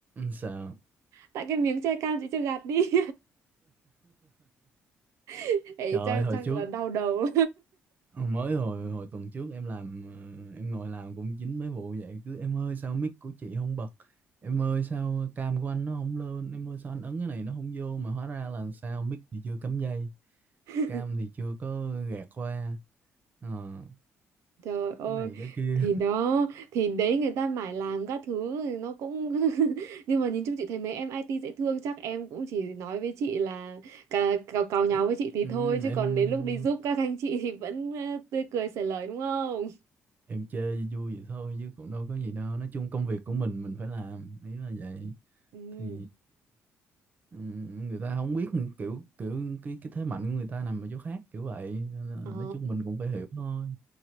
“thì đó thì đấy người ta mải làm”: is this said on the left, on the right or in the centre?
Right